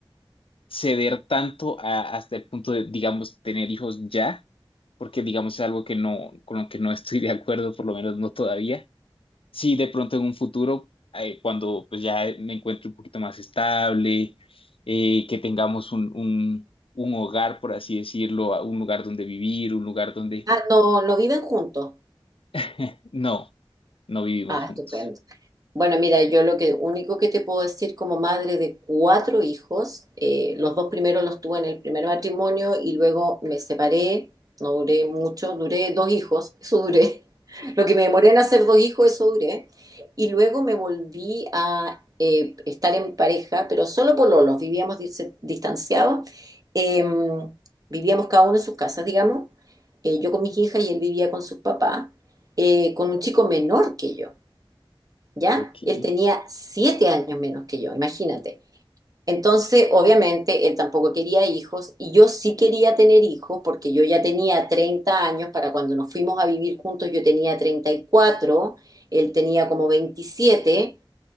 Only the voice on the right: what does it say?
Ah, no, no viven juntos.
Ah,
estupendo. Bueno, mira, yo lo que único que te puedo decir como madre de cuatro hijos, eh, los dos primeros los tuve en el primer matrimonio y luego me separé, no duré mucho, duré dos hijos, eso duré. <laughs> Lo que me demoré en hacer dos hijos, eso duré. Y luego me volví a eh, estar en pareja, pero solo por lolos, vivíamos dis- distanciados, eh, vivíamos cada uno en sus casas, digamos, Eh, yo con mis hijas y él vivía con sus papás, eh, con un chico menor que yo. ¿ya?
Él tenía siete años menos que yo, imagínate. Entonces, obviamente, él tampoco quería hijos y yo sí quería tener hijos porque yo ya tenía 30 años para cuando nos fuimos a vivir juntos, yo tenía 34, él tenía como 27.